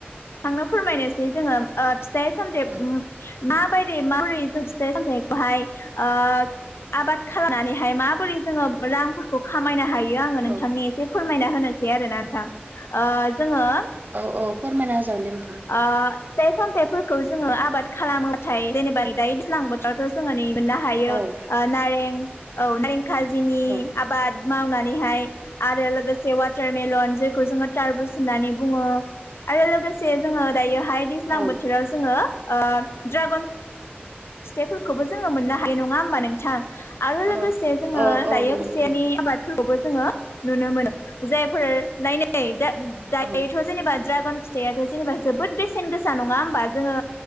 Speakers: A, on the left; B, on the right.
A: थांनो फोरमायनोसै जोङो ओ फिथाइ सामथे
B: औ
A: ओ माबादियै माबोरै जों फिथाइ सामथाइखौहाय ओ आबाद खालामनानैहाय माबोरै जोङो रां खौ खामायनो हायो आङो नोंथांनि
B: औ
A: एसे फोरमायना होनोसै आरोना नोंथां ओ जोङो
B: औ औ फोरमायना होजागोनदे नोंथां
A: ओ फिथाइ सामथायाइफोरखौ जोङो आबाद खालामोथाय जेनेबा दायो दैजलां दाथ' जोङो नै मोननो हायो
B: औ
A: नारें औ नारें खाजिनि
B: औ
A: आबाद मावनानैहाय आरो लोगोसे वाटारमेलन जेखौ जोङो टारबुस होननानै बुङो आरो लोगोसे जोङो दायोहाय दैज्लां
B: औ
A: बोथोराव जोङो ओ ड्रागन फिथाइफोरखौबो जोङो मोननो हायो नङा होमबा नोंथां आरो
B: औ
A: लोगोसे जोङो
B: औ औ
A: दायो
B: नंगौ
A: खुसेरनि
B: नोंथां
A: आबाद बो जोङो नुनो मोनो जायफोर नायनाय दा दायोथ'
B: औ
A: जेनेबा द्रागन फिथाइयाथ' जेनेबा जोबोद बेसेन गोसा नङा होमबा जोङो